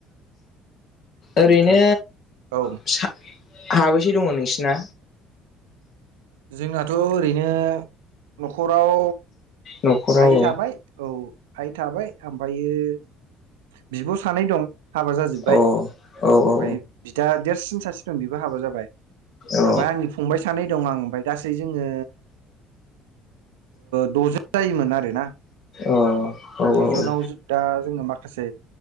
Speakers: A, on the left; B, on the right.
A: ओरैनो
B: ओमफ्राय औ
A: फिसा खाबैसे दङ नोंसिना
B: जोंनाथ‌ ओरैनो नखराव
A: न'खराव
B: आइ थाबाय औ आइ थाबाय ओमफायो बिब सानै दं हाबा जाजोब्बाय
A: औ औ
B: ओमफय
A: औ
B: बिदा देरसिन सासे बेबो हाबा जाबाय
A: औ
B: ओमफ्राय आंनि फंबाय सानै दं आं ओमफफ्राय गासै जोङो द जोन जायोमोन आरोना
A: औ औ
B: द
A: औ
B: जोनाव दा जोङो माख माखासे